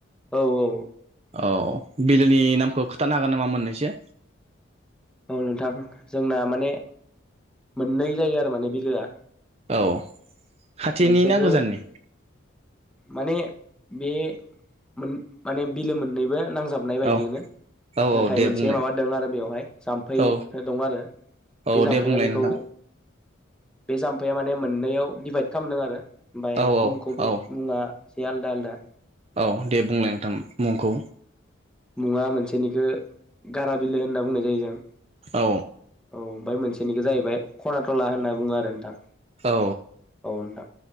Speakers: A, in the centre; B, on the right.
A: औ औ
B: औ बिलोनि नामखौ खिथानो हागोन नामा मोननैसो?
A: औ नोंथां जोंना माने मोननै जायो आरो माने बिलोआ
B: औ खाथिनि
A: मोनसेखो
B: ना गोजाननि
A: माने बे माने बिलो मोननैबो नांजाबनाय बायदिनो
B: औ औ
A: नाथाय
B: औ दे
A: मोनसे
B: बुंलाय
A: माबा दं आरो बेवहाय जाम्फै
B: औ
A: दं आरो
B: औ
A: बे जाम्फैया
B: दे बुंलाय
A: बेखौ
B: नोंथां
A: बे जाम्फैया माने मोननैयाव डिभाइद खालामदों आरो ओमफ्राय
B: औ
A: मुंखौ बे
B: औ
A: मुङा एसे आलादा-आलादा
B: औ दे बुंलाय नोंथां मुंखौ
A: मुङा मोनसेनिखौ गारा बिलो होनना बुंनाय जायो जों।
B: औ
A: औ ओमफ्राय मोनसेनिखौ जाहैबाय खनाथला होनना बुङो आरो नोंथां।
B: औ
A: औ नोंथां